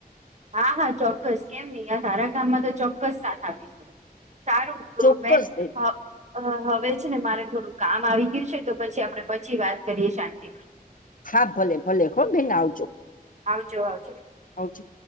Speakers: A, on the right (about 45°); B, on the left (about 60°).
A: હા હા ચોક્કસ કેમ નહિ આ સારા કામમાં તો ચોક્કસ સાથ આપીશું સારું ગર્વમેન્ટ
B: ચોક્કસ બેન
A: હા અ હવે છે ને મારે થોડું કામ આવી ગયું છે તો પછી આપડે પછી વાત કરીએ શાંતિ
B: હા ભલે ભલે હો બેન આવજો.
A: આવજો આવજો.
B: આવજો.